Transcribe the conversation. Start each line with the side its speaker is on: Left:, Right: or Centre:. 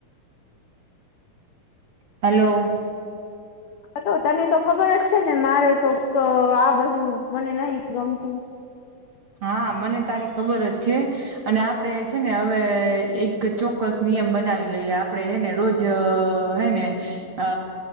Right: હલો, હ,
Left: તો તને તો ખબર જ છે ને મારે તો આ બધું મને નહી ગમતું.
Right: હા મને તારી ખબર જ છે. અને આપડે છે ને હવે એક ચોક્કસ નિયમ બનાવી લઈએ આપણેે હે ને રોજ, જ હે ને, અ